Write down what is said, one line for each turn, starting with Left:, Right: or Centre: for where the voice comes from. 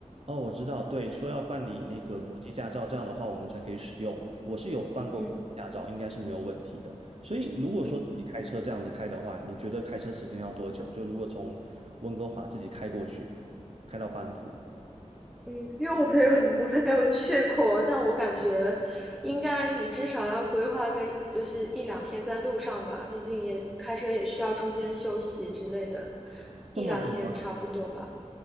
Right: 哦，我知道，对，说要办理那个国际驾照，
Centre: 嗯
Right: 这样的话我们才可以使用。我是有办过国际驾照，
Centre: 嗯
Right: 应该是没有问题的。所以如果说自己开车这样子开的话，
Centre: 嗯嗯
Right: 你觉得开车时间要多久？就如果从温哥华自己开过去，开到班夫，
Centre: 嗯，因为我没有我没有去过，但我感觉应该你至少要规划个就是一两天在路上吧，毕竟也开车也需要中间休息之类的，
Right: 这么久吗？
Centre: 一两天差不多吧。